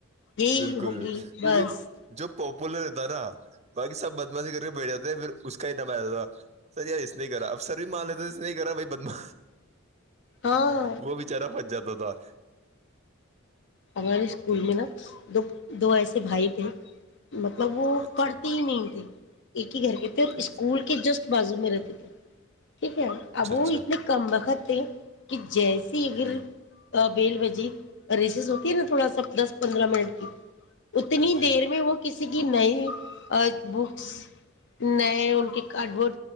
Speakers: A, on the left; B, on the right.
A: یہی
B: بالکل
A: ہوگی
B: بک کیونکہ
A: بس
B: جو پوپوولر ہےتا تھاا <unintelligible> باقی سب بدمش کر کے بیٹ جاتتے پھر اس کا ہی نم آ تھا سر یار اس نے کرا اب سر بھی مان لیتے اس نے کرا بھائی بدما
A: ہاں
B: وہ بچارا بت جاتد <unintelligible> بدار <inaudible>
A: ہمارے اسکول میں نا دو دو ایسے بھائی تھے مطلب وہ
B: اچھا
A: پڑھتے ہی نہیں تھے گھر کے تھے اور
B: اچھا
A: اسکول کے جسٹ بازو میں رہتے تھے ٹھیک ہے اب وہ
B: اچھا
A: اتنے کم وقت تھے کہ جیسی اگر
B: ہ
A: بیل بجی رسسس ت ن تھوڑا سا دس پندرہ منٹ کی <unintelligible> اتنی
B: جی
A: دیر میں وہ کسی اس کی نہیں ایچت بکس <unintelligible> نئے ان کے کارڈ بورڈ